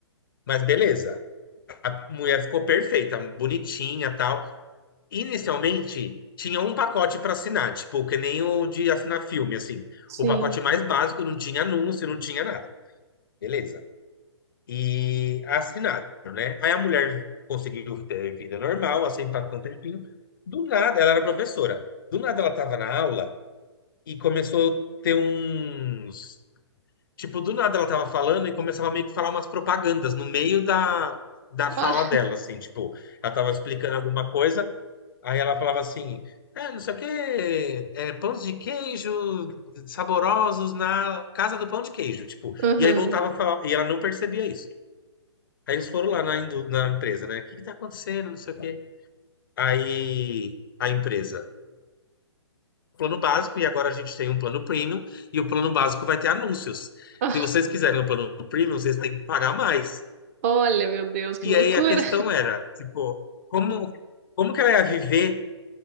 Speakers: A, on the left; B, on the right.
A: Mas beleza, a mulher ficou perfeita, bonitinha, tal. Inicialmente tinha um pacote para assinar, tipo, que nem o de assinar filme, assim.
B: Sim.
A: O pacote mais básico não tinha anúncio, não tinha nada. Beleza. E assinaram, né? Aí a mulher conseguiu ter vida normal, assim, passou um tempinho. Do nada, ela era professora. Do nada ela estava na aula e começou a ter uns. Tipo, do nada ela estava falando e começava meio que falar umas propagandas no meio da, da fala
B: Olha.
A: dela, assim, tipo, ela estava explicando alguma coisa, aí ela falava assim. É, não sei o quê, é, pães de queijo saborosos na casa do pão de queijo, tipo,
B: Aham.
A: e aí voltava
B: <laughs>
A: a falar, e ela não percebia isso. Aí eles foram lá na, indú- na empresa, né? O que que tá acontecendo? Não sei o quê. Aí a empresa, plano básico, e agora a gente tem um plano premium, e o plano básico vai ter anúncios.
B: Ah,
A: Se vocês quiserem o plano premium, vocês têm que pagar mais.
B: Olha, meu Deus, que
A: E
B: loucura.
A: aí a questão era, tipo, como, como que ela ia viver